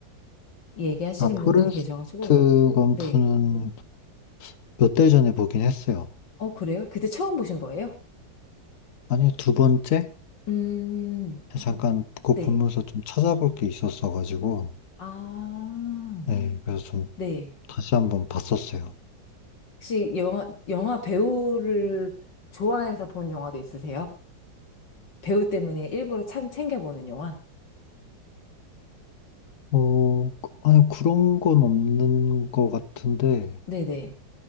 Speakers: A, on the left (about 70°); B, on the left (about 50°).
A: 얘기하시는
B: 아, 포레스트
A: 분들이 계셔가지고,
B: 검프는
A: 네.
B: 몇 달 전에 보긴 했어요.
A: 어, 그래요? 그때 처음 보신 거예요?
B: 아니, 두 번째?
A: 음,
B: 잠깐 그거
A: 네.
B: 보면서 좀 찾아볼 게 있었어가지고.
A: 아,
B: 네. 그래서 좀
A: 네.
B: 다시 한번 봤었어요.
A: 혹시 영화, 영화 배우를 좋아해서 본 영화도 있으세요? 배우 때문에 일부러 참 챙겨보는 영화?
B: 어, 그- 아니, 그런 건 없는 것 같은데,
A: 네네.